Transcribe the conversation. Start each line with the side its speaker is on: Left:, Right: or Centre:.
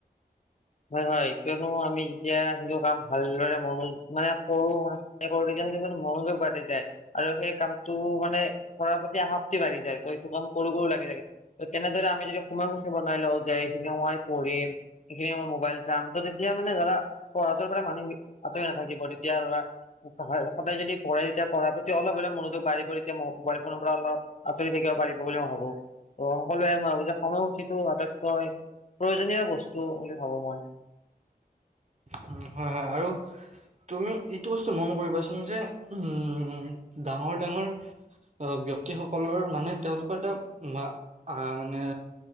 Left: হয়, হয়। কিয়নো আমি যেতিয়া সেইটো কাম ভালদৰে মন মানে <unintelligible> <unintelligible> মনোযোগ বাঢ়ি যায়। আৰু সেই কামটো মানে কৰাৰ প্ৰতি আসক্তি বাঢ়ি যায় ত এইটো কাম কৰো কৰো লাগি থাকে। ত তেনেদৰে আমি যদি সোমাই মুছে বনাই লও যে <unintelligible> মই পঢ়িম <unintelligible> মোবাইল চাম ত তেতিয়া মানে ধৰা পঢ়াটোৰ পৰা মানুহ আতৰি নাথাকিব তেতিয়া ধৰা সদায় যদি পঢ়ে তেতিয়া পঢ়াৰ প্ৰতি অলপ হলে মনোযোগ ব বাঢ়িব এতিয়া মোবাইল ফনৰ পৰা অলপ আঁতৰি থাকিব পাৰিব বুলি <unintelligible> সকলোৱে মই ভাবো যে সময়সূচীটো আটাইতকৈ প্ৰয়োজনীয় বস্তু বুলি ভাবো মই।
Right: হয়, হয়। আৰু? তুমি এইটো বস্তু মন কৰিবাচোন যে উম, ডাঙৰ ডাঙৰ আহ ব্যক্তিসকলৰ মানে তেওঁলোকৰ এটা আহ মানে